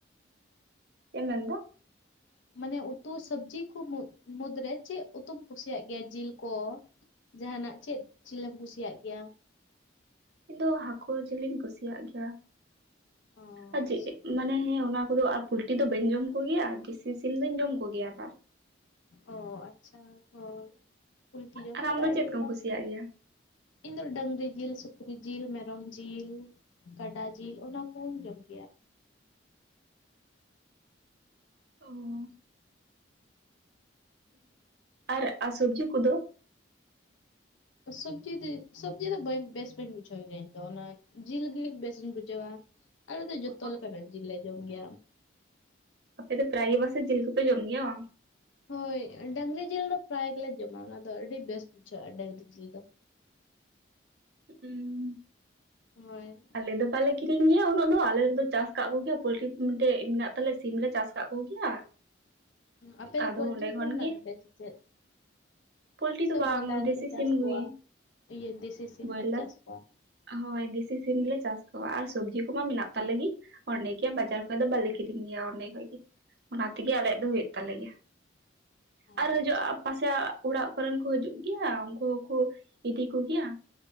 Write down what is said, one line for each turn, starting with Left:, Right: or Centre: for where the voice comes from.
Right: <unintelligible>
Left: ᱢᱟᱱᱮ ᱩᱛᱩ ᱥᱚᱵᱡᱤ ᱠᱚ ᱢᱩᱫ ᱢᱩᱫᱽᱨᱮ ᱪᱮᱫ ᱩᱛᱩᱢ ᱠᱩᱥᱤᱭᱟᱜ ᱜᱮᱭᱟ ᱡᱤᱞ ᱠᱚᱼᱼ ᱡᱟᱦᱟᱱᱟᱜ ᱪᱮᱫ ᱡᱤᱞᱮ ᱮᱢ ᱠᱩᱥᱤᱭᱟᱜ ᱜᱮᱭᱟ?
Right: ᱤᱧ ᱫᱚ ᱦᱟᱹᱠᱩ ᱡᱤᱞ ᱤᱧ ᱠᱩᱥᱤᱭᱟᱜ ᱜᱮᱭᱟ
Left: ᱚ
Right: ᱟᱨ ᱡ
Left: ᱟᱪᱪᱷᱟ
Right: ᱢᱟᱱᱮ ᱦᱮᱸ ᱚᱱᱟ ᱠᱚᱫᱚ ᱟᱨ ᱯᱩᱞᱴᱤ ᱫᱚ ᱵᱟᱹᱧ ᱡᱚᱢ ᱠᱚᱜᱮᱭᱟ ᱫᱮᱥᱤ ᱥᱤᱢ ᱫᱚᱧ ᱡᱚᱢ ᱠᱚᱜᱮᱭᱟ ᱟᱵᱟᱨ
Left: ᱚ ᱟᱪᱪᱷᱟ ᱦᱳᱭ ᱯᱩᱞᱴᱤ ᱡᱚᱢ
Right: ᱟᱨ
Left: ᱫᱚ
Right: ᱟᱢ
Left: ᱵᱟᱭ
Right: ᱪᱮᱫ
Left: ᱵᱮᱥᱟ᱾
Right: ᱠᱚᱢ ᱠᱩᱥᱤᱭᱟᱜ ᱜᱮᱭᱟ
Left: ᱤᱧ ᱫᱚ ᱰᱟᱹᱝᱨᱤ ᱡᱤᱞ ᱥᱩᱠᱨᱤ ᱡᱤᱞ ᱢᱮᱨᱚᱢ ᱡᱤᱞᱼ ᱠᱟᱰᱟ ᱡᱤᱞ ᱚᱱᱟ ᱠᱚᱧ ᱡᱚᱢᱜᱮᱭᱟ᱾
Right: ᱚ ᱟᱨ ᱥᱚᱵᱡᱤ ᱠᱚᱫᱚ?
Left: ᱥᱚᱵᱡᱤ ᱫᱤ ᱥᱚᱵᱡᱤ ᱫᱚ ᱵᱟᱧ ᱵᱮᱥ ᱵᱟᱹᱧ ᱵᱩᱡᱷᱟᱹᱣ ᱜᱮᱭᱟ ᱤᱧ ᱫᱚ ᱚᱱᱟ ᱡᱤᱞ ᱜᱮ ᱵᱮᱥᱤᱧ ᱵᱩᱡᱷᱟᱹᱣᱟ᱾ ᱟᱞᱮ ᱫᱚ ᱡᱚᱛᱚ
Right: ᱚ
Left: ᱞᱮᱠᱟᱱᱟᱜ ᱡᱮᱞ ᱞᱮ ᱡᱚᱢ ᱜᱮᱭᱟ᱾
Right: ᱮᱛᱮ ᱯᱨᱟᱭ ᱜᱮ ᱵᱟᱥᱮ ᱡᱤᱞ ᱠᱚᱯᱮ ᱡᱚᱢ ᱜᱮᱭᱟᱼᱟ
Left: ᱦᱳᱭ ᱰᱟᱹᱝᱨᱤ ᱡᱤᱞ ᱫᱚ ᱯᱨᱟᱭ ᱜᱮᱞᱮ ᱡᱚᱢᱟ ᱚᱱᱟᱫᱚ ᱟᱹᱰᱤ ᱵᱮᱥ ᱵᱩᱡᱷᱟᱹᱜᱼᱟ ᱰᱟᱹᱝᱨᱤ ᱡᱤᱞ ᱫᱚ᱾
Right: <unintelligible>
Left: ᱦᱳᱭ
Right: ᱟᱞᱮ ᱫᱚ ᱵᱟᱞᱮ ᱠᱤᱨᱤᱧ ᱜᱮᱭᱟ ᱩᱱᱟᱹᱜ ᱫᱚ ᱟᱞᱮᱨᱮᱱ ᱫᱚ ᱪᱟᱥ ᱟᱠᱟᱫ ᱠᱚᱜᱮᱭᱟ ᱯᱳᱚᱞᱴᱨᱤ ᱢᱤᱫᱴᱮᱡ ᱢᱮᱱᱟᱜ ᱛᱟᱞᱮ ᱥᱤᱢᱞᱮ ᱪᱟᱥ ᱟᱠᱟᱫ ᱠᱚᱜᱮᱭᱟ᱾
Left: ᱟᱯᱮ ᱫᱚ
Right: ᱟᱫᱚ
Left: ᱯᱚᱞᱴᱨᱤ
Right: ᱚᱸᱰᱮ
Left: ᱯᱷᱨᱟᱢ
Right: ᱠᱷᱚᱱ
Left: ᱢᱮᱱᱟᱜ
Right: ᱜᱮ
Left: ᱛᱟᱯᱮᱭᱟ ᱥᱮᱪᱮᱫ?
Right: ᱯᱳᱞᱴᱤ
Left: ᱥᱮ
Right: ᱫᱚ ᱵᱟᱝ
Left: ᱵᱚᱭᱞᱟ ᱨᱮ
Right: ᱫᱮᱥᱤ
Left: ᱯᱮ ᱪᱟᱥ
Right: ᱥᱤᱢ
Left: ᱠᱚᱣᱟ
Right: ᱜᱮ
Left: ᱤᱭᱟᱹ ᱫᱮᱥᱤ ᱥᱤᱢ
Right: ᱵᱚᱭᱞᱟᱨ
Left: ᱯᱮ ᱪᱟᱥ ᱠᱚᱣᱟ
Right: ᱦᱳᱭ ᱫᱮᱥᱤ ᱥᱤᱢ ᱜᱤ ᱞᱮ ᱪᱟᱥ ᱠᱚᱣᱟ ᱟᱨ ᱥᱚᱵᱽᱡᱤ ᱠᱚᱢᱟ ᱢᱮᱱᱟᱜ ᱛᱟᱞᱮ ᱜᱤ ᱚᱸᱰᱮ ᱜᱮ ᱵᱟᱡᱟᱨ ᱠᱷᱚᱡ ᱫᱚ ᱵᱟᱞᱮ ᱠᱤᱨᱤᱧ ᱜᱮᱭᱟ ᱚᱸᱰᱮ ᱠᱷᱚᱡ ᱜᱤ ᱚᱱᱟᱛᱮᱜᱤ ᱟᱞᱮᱭᱟᱜ ᱫᱚ ᱦᱩᱭᱩᱜ ᱛᱟᱞᱮ ᱜᱮ
Left: ᱚ
Right: ᱟᱨ ᱦᱤᱡᱩᱜᱼᱟ
Left: ᱟᱪᱪᱷᱟ
Right: ᱯᱟᱥ ᱪᱟᱜ ᱚᱲᱟᱜ ᱠᱚᱨᱮᱱ ᱠᱚ ᱦᱤᱡᱩᱜ ᱜᱮᱭᱟ ᱩᱱᱠᱩ ᱦᱚᱸᱠᱚ ᱤᱫᱤ ᱠᱚᱜᱮᱭᱟ᱾